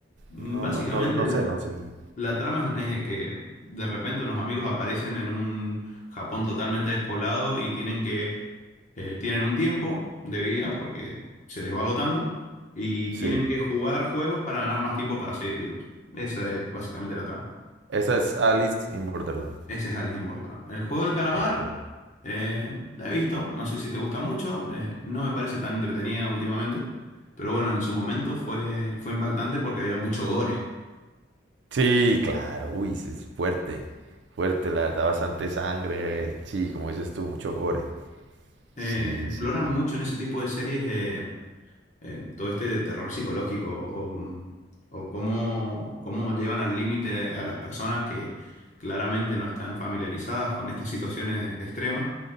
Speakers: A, on the left; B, on the right.
A: Mm,
B: no,
A: Básicamente
B: no, no, no
A: la,
B: sé, no seguí.
A: la trama es eh, que de repente unos amigos aparecen en un Japón totalmente despoblado y tienen que eh, tienen un tiempo de vida porque se les va agotando y
B: Sí.
A: tienen que jugar juegos para ganar más tiempo para seguir vivos. Esa es básicamente la trama.
B: Esa es Alice in Borderland.
A: Ese es Alice in Borderland. El juego del calamar
B: Ok.
A: eh, la he visto, no sé si te gusta mucho, eh, no me parece tan entretenida últimamente, pero bueno, en su momento fue, fue impactante porque había mucho gore.
B: Sí, claro. Uy, sí, es fuerte. Fuerte, la verdad, bastante sangre. Sí, como dices tú, mucho gore.
A: Eh,
B: Sí,
A: exploran
B: sí.
A: mucho en ese tipo de series eh, eh, todo este de terror psicológico o, mm, o cómo, cómo llevan al límite a las personas que claramente no están familiarizadas con estas situaciones extremas,